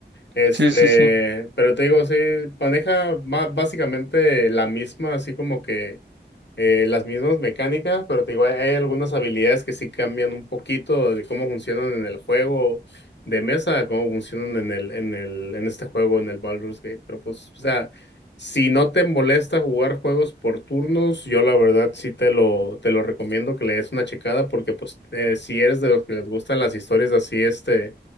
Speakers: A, on the left; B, on the right.
A: Este,
B: Sí, sí, sí.
A: pero te digo, sí, maneja ma- básicamente la misma, así como que eh, las mismas mecánicas, pero te digo, hay, hay algunas habilidades que sí cambian un poquito de cómo funcionan en el juego de mesa, a cómo funcionan en el, en el, en este juego, en el Baldur's Gate. Pero pues, o sea, si no te molesta jugar juegos por turnos, yo la verdad sí te lo, te lo recomiendo que le des una checada, porque pues eh, si eres de los que les gustan las historias así, este